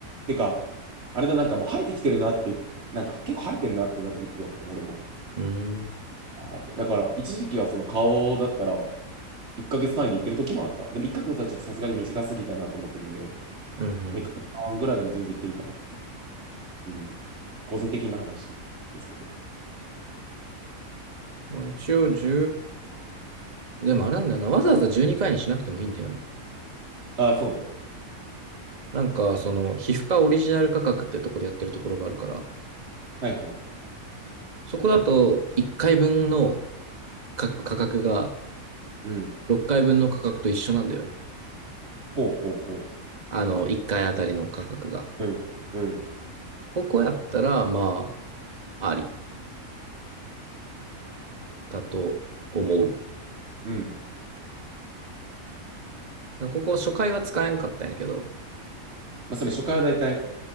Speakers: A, on the right (about 55°); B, on the right (about 30°).
A: てか、あれだ、なんかもう生えてきてるなって、なんか結構生えてんなってなったら行くわかも、俺も。
B: うん。
A: あーって。だから、一時期はその顔だったら、1ヶ月単位で行ってる時もあった。でも1ヶ月はちょっとさすがに短すぎたなと思ってるんで、
B: うん。
A: まあ、1ヶ月半ぐらいでも全然行っていいかなっていう。うん。個人的な話ですけど。
B: まあ一応1でもあれなんだよな。わざわざ12回にかいにしなくてもいいんだよな。
A: ああ、そうね。
B: なんか、その、皮膚科オリジナル価格ってとこでやってるところがあるから、
A: はいはいはい。
B: そこだと1回分の価格価格が
A: うん。
B: 6回分の価格と一緒なんだよね。
A: ほうほうほ
B: あの、1回あたりの価格が。
A: う。うん。うん。
B: ここやったら、まあ、ありだと思う。
A: うん。
B: ここ初回は使えんかったんやけど、
A: まあ、それ初回は大体